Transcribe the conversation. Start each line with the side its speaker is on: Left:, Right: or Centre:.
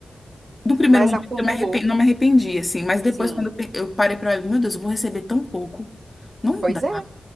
Left: Do primeiro
Right: mas
Left: momento
Right: acumulou,
Left: eu me arrepen- não me arrependi, assim, mas depois
Right: sim.
Left: quando eu pe- eu parei pra olhar, meu Deus, eu vou receber tão pouco. Não
Right: Pois
Left: dá.
Right: é,